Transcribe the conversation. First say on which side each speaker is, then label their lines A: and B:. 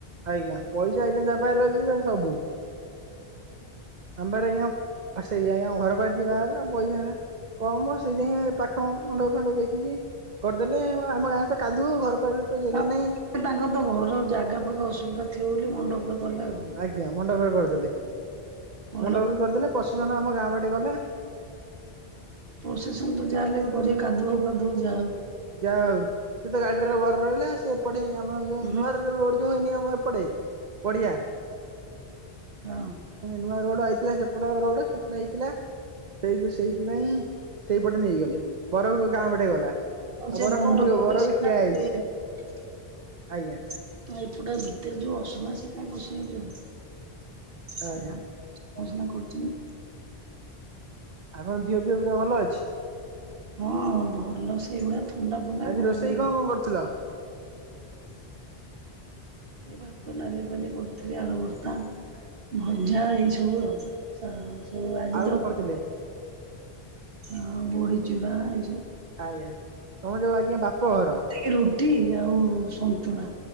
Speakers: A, on the right; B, on the right.
A: ଆଜ୍ଞା ପଇସା ଆଜ୍ଞା ଯାହା ପାଖରେ ଅଛି ସେ ସବୁ ଆମ ପାଖରେ ଆଜ୍ଞା, ଆ ସେଇଆ ଆଜ୍ଞା ଘର ପାଖରେ ଯିଏ ବାହା ହେଲା ପଇସା ନାହିଁ କମ ସେଇଥିପାଇଁ ପାଖ ମଣ୍ଡପ ଫଣ୍ଡପ ଦେଖିକି କରିଦେଲେ ଆଉ ଆମ ଗାଁରେ ତ କାଦୁଅ, ଘର ପାଖରେ ତ ଜେଗା
B: ତା
A: ନାହିଁ।
B: ତାଙ୍କର ତ ଘର ଜାଗା ଫାଗା ଅସୁବିଧା ଥିବ ବୋଲି ମଣ୍ଡପରେ କଲେ ଆଉ।
A: ଆଜ୍ଞା ମଣ୍ଡପରେ କରିଦେଲେ,
B: ଭଲ
A: ମଣ୍ଡପରେ କରିଦେଲେ ପ୍ରସେସନ ଆମ ଗାଁ ବାଟେ ଗଲା।
B: ପ୍ରୋସେସନ୍ ତ ଯାହା ହେଲେ ବି କରିବେ କାଦୁଅ ଫାଦୁଅ ଯାହା ହଉ।
A: ଯା ହଉ ସେ ତ ଗାଡ଼ି ରେ ବର ରହିଲା ସେ ଏପଟେ ଆମ ଯୋଉ
B: ହଉ ହଁ
A: ନୂଆର ର ରୋଡ଼୍ ଯୋଉ ହେଇନି ଆମ ଏପଟେ ପଡ଼ିଆ।
B: ହଁ।
A: ନୂଆ ରୋଡ଼ ଆଇଥିଲା ସେପଟ ରୋଡ଼ ସେପଟ ହେଇଥିଲା। ସେଇଯୋଉ ସେଇଥିପାଇଁ ସେଇପଟେ ନେଇଗଲେ ବର ଗାଁ ପଟେ ଗଲା।
B: ଆଉ ସେ
A: ବର
B: ମଣ୍ଡପପଟେ
A: କଣ କରିବ ବର
B: ସିଏ
A: ବି ଠିଆ
B: ତା
A: ହେଇଛି
B: <unintelligible>
A: ଆଜ୍ଞା
B: ଏଇପଟା ଭିତରେ ଯୋଉ ଅସନା ସେ କାଇଁ ପସିକି ଯିବ
A: ଆଜ୍ଞା
B: ଉଁ ଅସନା କରୁଛନ୍ତି।
A: ଆଉ କଣ ଦିହ ପିହ ପୁରା ଭଲ ଅଛି?
B: ହଁ ଭଲ ସେଇଭଳିଆ ଥଣ୍ଡା ଫଣ୍ଡା
A: ଆଜି
B: <unintelligible>
A: ରୋଷେଇ କଣ କଣ କରୁଥିଲ?
B: ଏଇ ଭାତ ଡାଲି ଫାଲି କରୁଥିଲି ଆଳୁ ଭରତା ଭଜା
A: ଆଜ୍ଞା
B: ଏଇ ସବୁ ଆଉ। ସା ସବୁ ଆଜି
A: ଆଉ
B: ତ
A: କଣ କରିଥିଲେ
B: ଆଉ ବଡ଼ିଚୁରା ଏ
A: ଆଜ୍ଞା ତମର ଯୋଉ ଆଜ୍ଞା ବାପ ଘର।
B: ଏ ରୁଟି ଆଉ ସନ୍ତୁଳା।